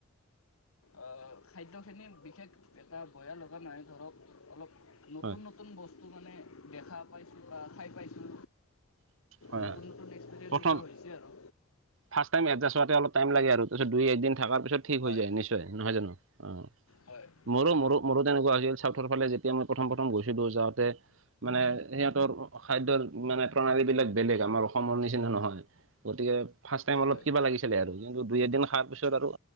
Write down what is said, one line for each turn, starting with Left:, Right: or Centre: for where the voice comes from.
Left: অ, খাদ্যখিনি বিশেষ এটা বেয়া লগা নাই। ধৰক অলপ নতুন, নতুন
Right: হয়
Left: নতুন বস্তু মানে, দেখা পাইছোঁ বা খাই পাইছোঁ।
Right: হয়।
Left: নতুন নতুন এক্সপিৰিয়েঞ্চ
Right: প্ৰথম
Left: এটা হৈছে আৰু
Right: ফাৰ্ষ্ট টাইম এডজাষ্ট হোৱাতে অলপ টাইম লাগে আৰু তাৰ পাছত, দুই, একদিন থকাৰ পিছ ঠিক
Left: হয়
Right: হৈ যায়। নিশ্চয় নিশ্চয়, নহয় জানো? অ,
Left: হয়
Right: মোৰো,
Left: হয়
Right: মোৰো, মোৰো তেনেকুৱা হৈছিল। চাউথৰ ফালে যেতিয়া মই প্ৰথম, প্ৰথম গৈছিলোঁ, যাওঁতে মানে, সিহঁতৰ, খাদ্যয়ৰ মানে প্ৰণালী বিলাক বেলেগ, আমাৰ অসমৰ নিচিনা নহয়, গতিকে ফাৰ্ষ্ট টাইম
Left: হয়
Right: অলপ কিবা লাগি ছিলে আৰু কিন্তু, দুই, এদিন খোৱাৰ পিছত আৰু